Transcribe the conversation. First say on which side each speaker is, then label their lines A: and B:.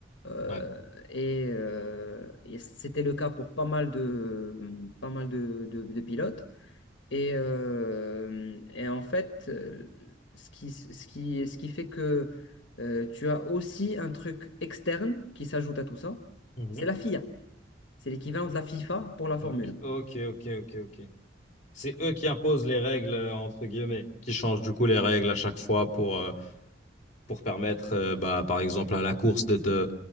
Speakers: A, on the left; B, on the left.
A: Euh,
B: ouais.
A: et euh, et c'était le cas pour pas mal de, pas mal de, de de pilotes. Et, euh, et en fait, euh, ce qui, ce qui, ce qui fait que euh, tu as aussi un truc externe qui s'ajoute à tout ça,
B: Mhm.
A: c'est la FIA. C'est l'équivalent de la FIFA pour la Formule
B: Ok,
A: 1.
B: ok, ok, ok, ok. C'est eux qui imposent les règles, euh, entre guillemets, qui changent du coup les règles à chaque fois pour, euh, pour permettre, euh, bah, par exemple, à la course d'être euh,